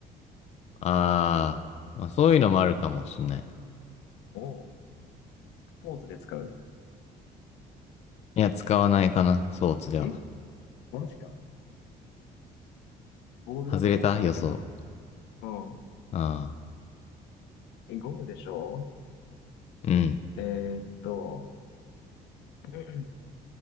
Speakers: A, on the left (about 40°); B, on the left (about 85°).
A: あー、まあ、そういうのもあるかもしんない。
B: をスポーツで使う
A: いや、使わないかな、スポーツでは。
B: えマジか。ボールだと思ってたんだけどな。
A: 外れた予想。
B: うん。
A: あ
B: え、ゴムでしょ
A: あ、うん。
B: えーっと、<clears throat>